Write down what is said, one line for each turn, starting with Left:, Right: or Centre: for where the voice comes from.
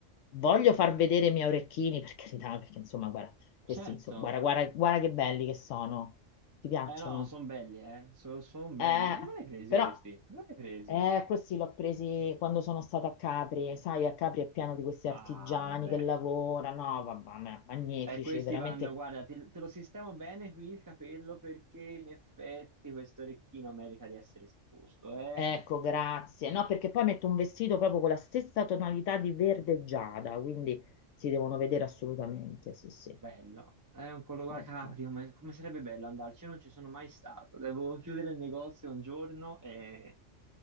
Left: Voglio far vedere i miei orecchini, per carità, perché insomma, guarda, questi,
Right: certo.
Left: insomma, guarda, guarda, guarda che belli che sono. Ti piacciono?
Right: Eh no, sono belli, eh, sono belli.
Left: Eh,
Right: Dove li hai presi
Left: però
Right: questi? Dove li hai presi?
Left: eh, questi l'ho presi quando sono stata a Capri, sai, a Capri è pieno di questi artigiani
Right: Ah, vabbè.
Left: che lavorano, no, vabbè, ma- magnifici,
Right: E questi
Left: veramente
Right: vanno, guarda, te, te lo sistemo bene qui il capello perché in effetti questo orecchino merita di essere esposto, eh.
Left: Ecco, grazie. No, perché poi metto un vestito proprio con la stessa tonalità di verde giada, quindi si devono vedere assolutamente, sì, sì.
Right: Bello, è un colo
Left: Ok.
Right: Capri, come, come sarebbe bello andarci? Io non ci sono mai stato, devo chiudere il negozio un giorno e,